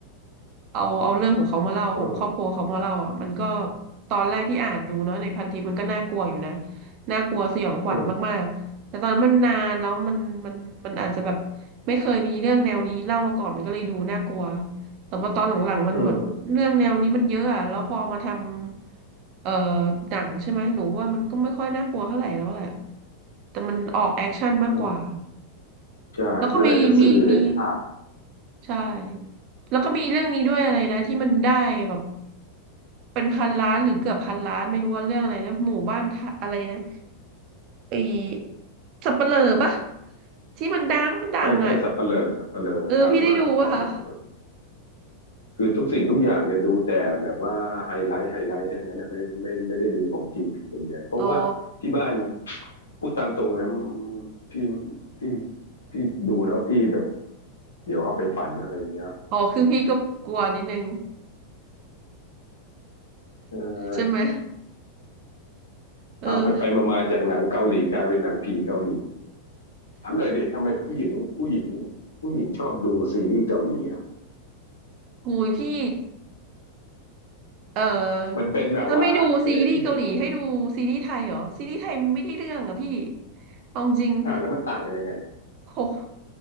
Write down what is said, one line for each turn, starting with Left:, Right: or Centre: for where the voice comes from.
Right: เอาเอาเรื่องของเขามาเล่าของครอบครัวเขามาเล่าอ่ะมันก็
Left: อืม
Right: ตอนแรกที่อ่านดูเนาะในพันทิปมันก็น่ากลัวอยู่นะน่ากลัวสยองขวัญมากๆแต่ตอนนั้นมันนานแล้วมันมันมันอาจจะแบบ
Left: อืม
Right: ไม่เคยมีเรื่องแนวนี้เล่ามาก่อนมันก็เลยดูน่ากลัวแต่พอตอนหลังๆมันเหมือนเรื่องแนวนี้มันเยอะอ่ะแล้วพอเอามาท
Left: อืม
Right: ำเอ่อหนังใช่ไหมหนูว่ามันก็ไม่ค่อยน่ากลัวเท่าไหร่แล้วแหละแต่มันออกแอคชั่นมากกว่า
Left: อืมใช่มันอาจจะสื่อได้ยาก
Right: แล้วก็มีมีมีใช่แล้วก็มีเรื่องนี้ด้วยอะไรนะที่มันได้แบบ เป็นพันล้านหรือเกือบพันล้านไม่รู้ว่าเรื่องอะไรนะหมู่บ้านทะอะไรนะไอสับเปลือปะที่มันดังมันดังอ่ะ
Left: ใช่ใช่สัปเหร่อสัปเหร่อดังมากสัปเหร่อ
Right: เออพี่ได้ดูป่ะคะ
Left: คือทุกสิ่งทุกอย่างเนี่ยดูแต่แบบว่าไฮไลท์ไฮไลท์ทั้งนั้นนะไม่ไม่ไม่ได้ดูของจริงส่วนใหญ่เพราะว่าที่บ้าน
Right: อ๋อ
Left: พูดตามตรงนะพี่พี่พี่ดูแล้วพี่แบบเดี๋ยวเอาไปฝันอะไรเงี้ย
Right: อ๋อคือพี่ก็กลัวนิดนึง
Left: เอ
Right: ใช่ไหม
Left: อ
Right: เออ
Left: เอาไปไปมาๆจากหนังเกาหลีกลายเป็นหนังผีเกาหลีถามเลยเด็กทำไมผู้หญิงผู้หญิงผู้หญิงชอบดูซีรีส์เกาหลีอะ
Right: หูยพี่เออถ้าไม่ดูซีรีส์เกาหลีให้ดูซีรีส์ไทยเหรอซีรีส์ไทยไม่ได้เรื่องอ่ะพี่
Left: มันเป็นแบบว่าอะไรที่เป็นแบบ
Right: เอาจริง
Left: อ่าแล้วมันต่างกันยังไง
Right: โห